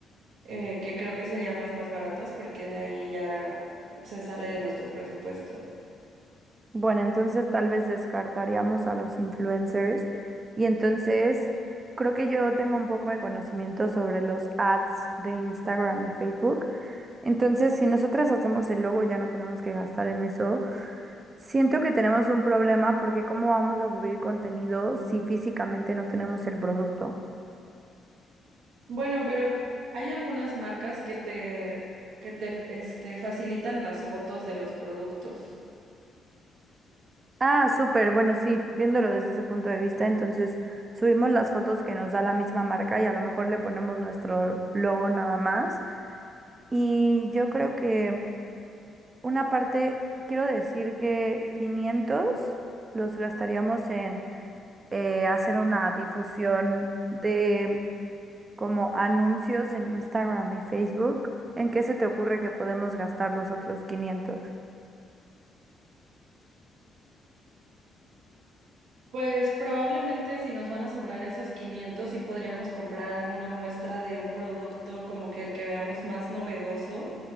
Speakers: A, on the right; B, on the right.
A: eh, que creo que serían las más baratas porque de ahí ya se sale de nuestro presupuesto.
B: Bueno, entonces tal vez descartaríamos a los influencers y entonces creo que yo tengo un poco de conocimiento sobre los ads de Instagram y Facebook. Entonces, si nosotras hacemos el logo, ya no tenemos que gastar en eso. Siento que tenemos un problema porque ¿cómo vamos a subir contenido si físicamente no tenemos el producto?
A: Bueno, pero hay algunas marcas que te, que te, este, facilitan las fotos de los productos.
B: Ah, súper, bueno, sí, viéndolo desde ese punto de vista, entonces subimos las fotos que nos da la misma marca y a lo mejor le ponemos nuestro logo nada más. Y yo creo que una parte, quiero decir que 500 los gastaríamos en eh, hacer una difusión de como anuncios en Instagram y Facebook, ¿en qué se te ocurre que podemos gastar los otros 500?
A: Pues probablemente si nos van a sobrar esos 500, sí podríamos comprar alguna muestra de un producto como que el que veamos más novedoso